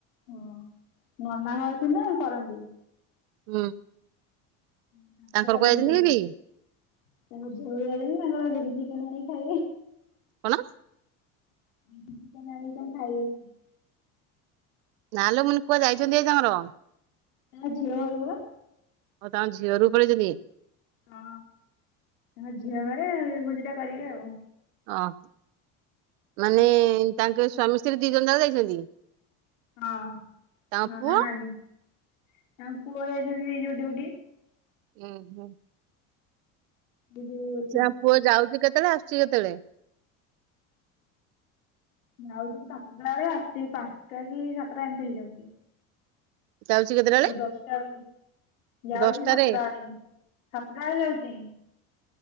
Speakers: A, on the left; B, on the right.
A: ହଁ ନନା ଘର ଥିଲେ କରନ୍ତି।
B: ହୁଁ।
A: <unintelligible>
B: ତାଙ୍କର କୁଆ ଯାଇଛନ୍ତି
A: ଚିକେନ୍
B: କି
A: ଆଣିକି ଖାଇବେ।
B: କଣ?
A: ଆଜି ଚିକେନ୍ ଆଣିବି ତମେ ଖାଇବ କି?
B: ନାଲୋ ମୁଁ କନି କୁଆଡ଼େ ଯାଇଛନ୍ତି ଆଜି ତାଙ୍କର?
A: ତା ଝିଅ ଘରକୁ ବା।
B: ଓ ତାଙ୍କ ଝିଅ ଘରଜୁ ପାଳେଇଛନ୍ତିି।
A: ହଁ ତାଙ୍କ ଝିଅ ଘରେ ଭୋଜିଟା କରିବେ ଆଉ।
B: ଅ ହ ମାନେ ତାଙ୍କ ସ୍ୱାମୀ ସ୍ତ୍ରୀ ଦି ଜଣ ଯାକ ଯାଇଛନ୍ତି।
A: ହଁ
B: ତାଙ୍କ
A: ନନା
B: ପୁଅ
A: ନାନୀ ତାଙ୍କ ପୁଅ ଯାଇଛନ୍ତି ଯଉ ଡିଉଟି।
B: ଉଁ ହୁଁ।
A: ହି ଯଉ
B: ସେ ଆମ ପୁଅ ଯାଉଚି କେତେଳେ ଆସୁଚି କେତେଳେ?
A: ଯାଉଚି ସାତଟା ବେଳେ ଆସୁଚି ପାଞ୍ଚଟା କି ସାତଟା ଏମିତି ହେଇଯାଉଚି।
B: ଯାଉଚି କେତେଳେ?
A: ଆଉ ଦଶଟା ଅଳେ ଯାଉଚି
B: ଦଶଟାରେ
A: ସାତୁଟା ଆଳେ ସାତୁଟା ଆଳେ ଯାଉଚି।